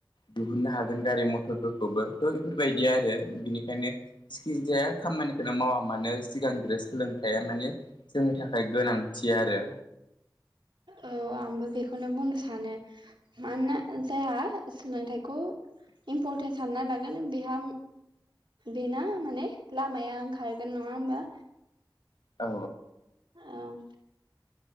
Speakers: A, on the left (about 75°); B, on the right (about 80°).
A: दिहुननो हागोन गारि मथर फोरखौबो थ' बेफोरबायदि आरो बिनिखायनो जिखि जाया खामानिखौनो मावा मानो सिगांग्रो सोलोंथाइया माने जोंनि थाखाय गोनांथि आरो
B: औ आंबो बेखौनो बुंनो सानो मानोना जायहा सोलोंथाइखौ इम्परटेन्स सानना लागोन बेहा बेना माने लामाया ओं खारगोन नङा होनबा
A: औ
B: औ <inaudible>